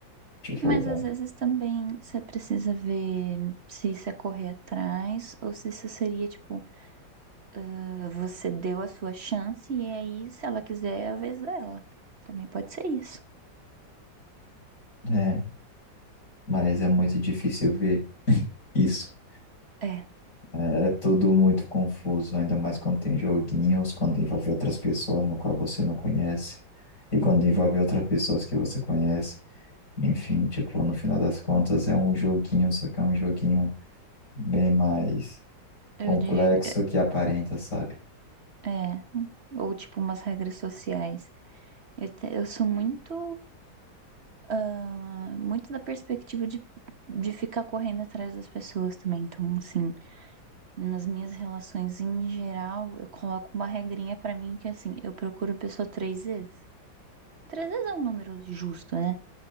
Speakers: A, on the left; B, on the right.
A: Tipo,
B: Mas
A: tá.
B: às vezes também você precisa ver se isso é correr atrás ou se isso seria, tipo, ah, você deu a sua chance e aí, se ela quiser, é a vez dela. Também pode ser isso.
A: É, mas é muito difícil ver isso.
B: É.
A: É, é tudo muito confuso, ainda mais quando tem joguinhos, quando envolve outras pessoas no qual você não conhece, e quando envolve
B: Uhum.
A: outras pessoas que você conhece. Enfim, tipo, no final das contas é um joguinho, só que é um joguinho bem mais
B: Eu
A: complexo
B: diria que é.
A: que aparenta, sabe?
B: é. Ou tipo umas regras sociais. Eu, te- eu sou muito, ah, muito da perspectiva de, de ficar correndo atrás das pessoas também. Então, assim, nas minhas relações em geral, eu coloco uma regrinha pra mim que é assim, eu procuro a pessoa três vezes. Três vezes é um número justo, né?